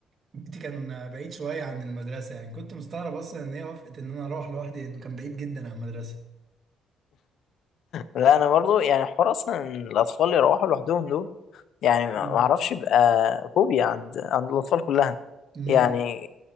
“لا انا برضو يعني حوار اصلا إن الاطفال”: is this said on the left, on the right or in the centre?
Left